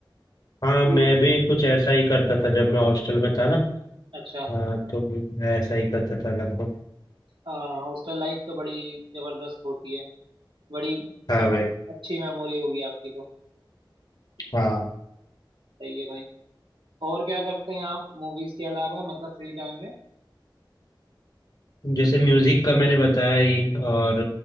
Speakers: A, on the left; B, on the right.
A: हाँ
B: पूरी
A: मैं भी कुछ ऐसा ही करता था जब मैं हॉस्टल में था ना
B: अच्छा
A: हाँ तो मैं ऐसा ही करता था लगभग
B: हॉस्टल लाइफ तो बड़ी जबरदस्त होती है बड़ी
A: हाँ
B: अम,
A: भाई
B: अच्छी मेमोरी होगी आपकी तो
A: हाँ
B: सही है भाई और क्या करते हैं आप मूवीज के अलावा मतलब फ्री टाइम में
A: जैसे म्यूजिक का मैंने बताया ही और